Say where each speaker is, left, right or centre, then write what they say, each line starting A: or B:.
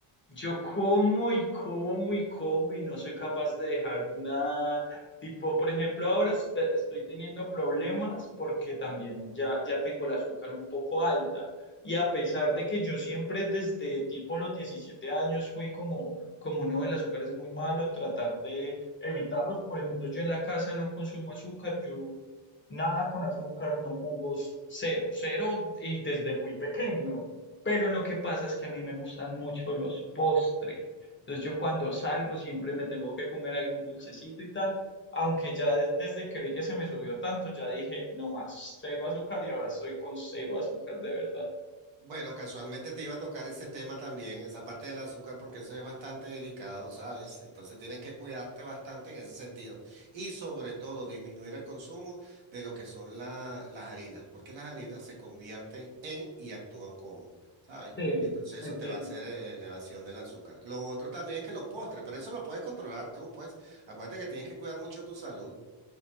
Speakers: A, on the left; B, on the right.
A: yo como y como y como y no soy capaz de dejar nada. Tipo, por ejemplo, ahora est- estoy teniendo problemas porque también ya, ya tengo el azúcar un poco alta. Y a pesar de que yo siempre desde tipo los 17 años fui como, como no, el azúcar es muy malo, tratar de evitarlos. Por ejemplo, yo en la casa no consumo azúcar, yo nada con azúcar, no jugos, cero, cero y desde muy pequeño. Pero lo que pasa es que a mí me gustan mucho los postres. Entonces yo cuando salgo siempre me tengo que comer algún dulcecito y tal, aunque ya des- desde que vi que se me subió tanto, ya dije, no más, cero azúcar y ahora estoy con cero azúcar de verdad.
B: Bueno, casualmente te iba a tocar ese tema también, esa parte del azúcar, porque eso es bastante delicado, ¿sabes? Entonces tienes que cuidarte bastante en ese sentido. Y sobre todo disminuir el consumo de lo que son la- las harinas, porque las harinas se convierten en y actúan como, ¿sabes?
A: Sí,
B: Entonces
A: entiendo.
B: eso te va a hacer eh, elevación del azúcar. Lo otro también es que los postres, pero eso lo puedes controlar tú, pues. Acuérdate que tienes que cuidar mucho tu salud.